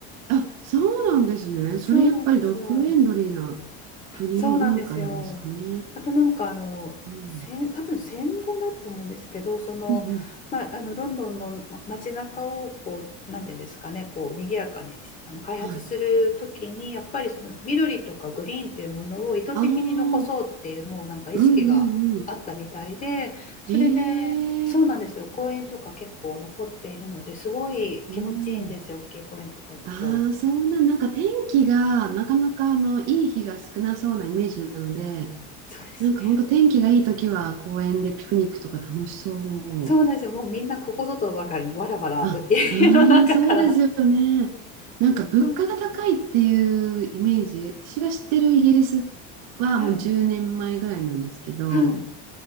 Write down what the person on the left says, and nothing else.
<laughs>
そうなんですよ。そうなんですよ。あとなんかあの戦多分戦後だと思うんですけどその、
まあ、あのロンドンのま街中をこうなんていうんですかねこう賑やかにあの開発するときにやっぱりその緑とかグリーンというものを意図的に残そうっていうもうなんか意識があったみたいでそれでそうなんですよ公園とか結構残っているのですごい気持ちいいんですよ大きい公園とか行くと。
そうですね
そうなんですよ。もうみんなここぞとばかりにわらわら家の中から。
そうなんですよ。
うんうん、